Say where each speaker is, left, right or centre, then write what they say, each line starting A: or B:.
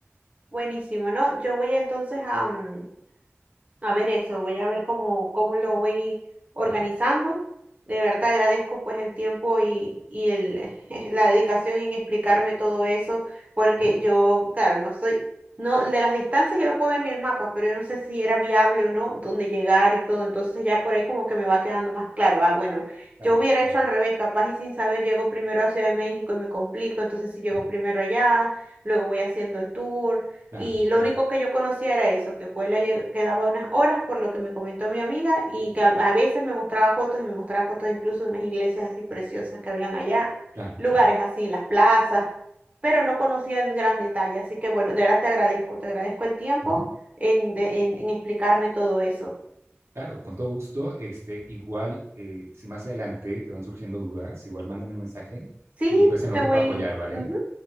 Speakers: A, on the right (about 30°); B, on the right (about 65°).
A: buenísimo, ¿no? Yo voy a, entonces a, mm, A ver eso, voy a ver cómo, cómo lo voy organizando.
B: Ajá.
A: De verdad te agradezco pues el tiempo y, y el, <laughs> la dedicación en explicarme todo eso, porque
B: ujú,
A: yo, claro, no soy, no, de las distancias yo lo puedo ver en el mapa, pero yo no sé si era viable o no, dónde llegar y todo. Entonces ya por ahí como que me va quedando más claro. Ah, bueno,
B: Claro,
A: yo hubiera hecho
B: ah,
A: al revés, capaz y sin saber llego primero a Ciudad de México y me complico, entonces si llego
B: ujú,
A: primero allá, luego voy haciendo el tour.
B: claro,
A: Y lo
B: claro,
A: único que yo conocía era eso, que Puebla lleg- quedaba unas horas, por lo que me comentó mi amiga, y
B: ujú,
A: que a, a veces me mostraba fotos y me mostraba fotos incluso de unas iglesias así preciosas que habían allá,
B: claro,
A: lugares
B: claro.
A: así, las plazas, pero no conocía en gran detalle. Así que bueno, de verdad te agradezco, te agradezco el tiempo
B: ujú,
A: en, de- en, en explicarme todo eso.
B: Claro, con todo gusto. Este, igual, eh, si más adelante te van surgiendo dudas, igual mándame un mensaje
A: Sí,
B: y pues en lo
A: te
B: que
A: voy,
B: pueda apoyar, ¿vale?
A: ujú,